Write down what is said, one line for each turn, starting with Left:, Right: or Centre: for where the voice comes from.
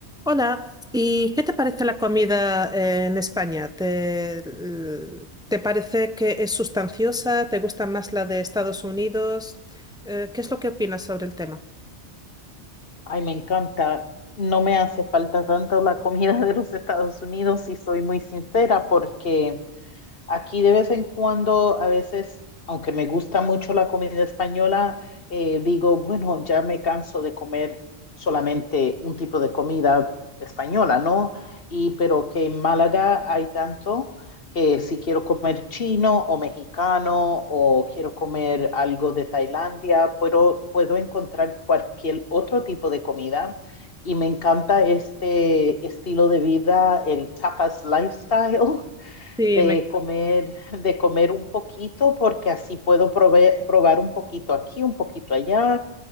Centre: Hola, ¿y qué te parece la comida eh, en España? ¿Te, l- te parece que es sustanciosa? ¿Te gusta más la de Estados Unidos? Eh, ¿qué es lo que opinas sobre el tema?
Left: Ay, me encanta. No me hace falta tanto la comida de los Estados Unidos, si soy muy sincera, porque Aquí de vez en cuando, a veces, aunque me gusta mucho la comida española, eh, digo, bueno, ya me canso de comer solamente un tipo de comida española, ¿no? Y pero que en Málaga hay tanto que si quiero comer chino o mexicano o quiero comer algo de Tailandia, puedo, puedo encontrar cualquier otro tipo de comida. Y me encanta este estilo de vida, el tapas lifestyle <laughs>
Centre: Sí,
Left: de
Centre: me...
Left: comer, de comer un poquito, porque así puedo probar probar un poquito aquí, un poquito allá.